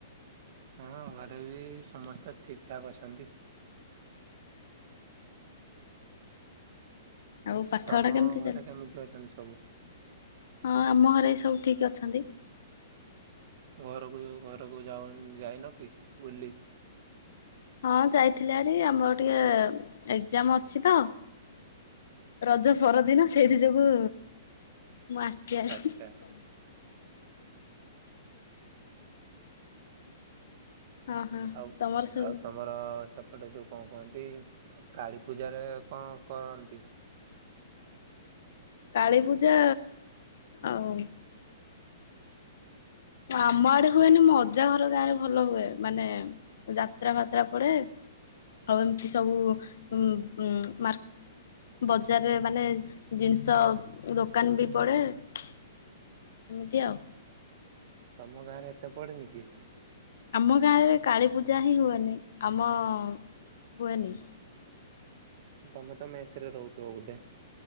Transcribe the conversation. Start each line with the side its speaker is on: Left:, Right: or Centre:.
Right: ହଁ ଘରେ ବି ସମସ୍ତେ ଠିକ ଠାକ୍ ଅଛନ୍ତି।
Left: ଆଉ ପାଠ
Right: ତମ
Left: ପଢା କେମିତି
Right: ଘରେ
Left: ଚାଲିଛି?
Right: କେମିତି ଅଛନ୍ତି ସବୁ?
Left: ହଁ ଆମ ଘରେ ସବୁ ଠିକ ଅଛନ୍ତି।
Right: ଘରକୁ ଘରକୁ ଯାଉ ଯାଇନ କି ବୁଲି।
Left: ହଁ ଯାଇଥିଲରି ଆମର ଟିକେ ଏକ୍ଜାମ ଅଛି ତ ରଜ ପରଦିନ ସେଇଥି ଯୋଗୁ ମୁଁ ଆସଛି ଆ
Right: ଆଚ୍ଛା
Left: ହଁ ହଁ
Right: ଆଉ
Left: ତମର ସବୁ
Right: ଆଉ ତମର ଗଟେ ଯୋଉ କଣ କୁହନ୍ତି କାଳୀ ପୂଜାରେ କଣ କରନ୍ତି।
Left: କାଳୀ ପୂଜା ଆଉ ଆମ ଆଡେ ହୁଏନି ଅଜା ଘର ଗାଁ ରେ ଭଲ ହୁଏ। ମାନେ ଯାତ୍ରା ଫାତ୍ରା ପଡେ ଆଉ ଏମିତି ସବୁ ଉ ମା ବଜାରରେ ମାନେ ଜିନିଷ ଦୋକାନ ବି ପଡେ ଏମିତି ଆଉ।
Right: ତମ ଗାଁ ରେ ଏତେ ପଡେନି କି?
Left: ଆମ ଗାଁରେ କାଳୀ ପୂଜା ହିଁ ହୁଏ ଆମ ହୁଏନି।
Right: ତମେ ତମେ ଏସିରେ ରହୁଥିବ ବୋଧେ।